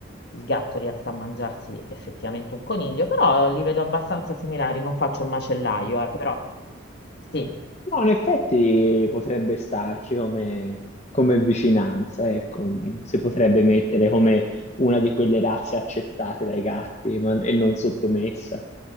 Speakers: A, on the left (about 55°); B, on the left (about 35°).
A: il gatto riesca a mangiarsi effettivamente un coniglio, però li vedo abbastanza similari, non faccio il macellaio, eh, però sì,
B: No, in effetti potrebbe starci come, come vicinanza, ecco, si potrebbe mettere come una di quelle razze accettate dai gatti ma- e non sottomessa,